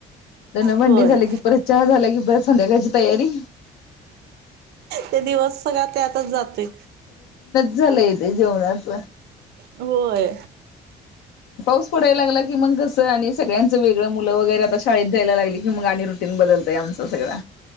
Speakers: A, on the left; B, on the right.
A: जनवंडी
B: होय
A: झाली की परत चहा झाला की परत संध्याकाळची तयारी
B: ते दिवस सगळळा ते आतच जातोय
A: झालं येते जेवणाच
B: होय
A: पाऊस पडायला लागला की मग कसं आणि सगळ्यांच वेगळं मुलं वगैरे आता शाळेत जायला लागली कि मग आणि रोटी बदलतय आमच सगळं